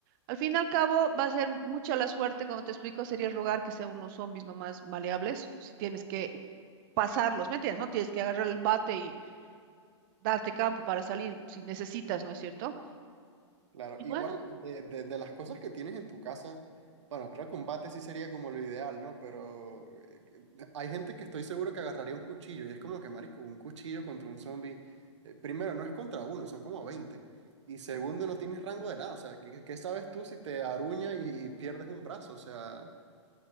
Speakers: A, on the right; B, on the right.
A: al fin y al cabo, va a ser mucha la suerte, como te explico, sería rogar que sean unos zombies nomás maleables, si tienes que pasarlos, ¿me entiendes? No tienes que agarrar el bate y darte campo para salir si necesitas, ¿no es cierto?
B: Claro,
A: Bueno,
B: igual de, de- de las cosas que tienes en tu casa, bueno, creo que un bate sí sería como lo ideal, ¿no? Pero eh, hay gente que estoy seguro que agarraría un cuchillo y es como que, marico, un cuchillo contra un zombie, eh, primero, no es contra uno, son como veinte Y segundo, no tienes rango de nada, o sea, ¿qué, qué sabes tú si te aruña y, y pierdes un brazo? O sea,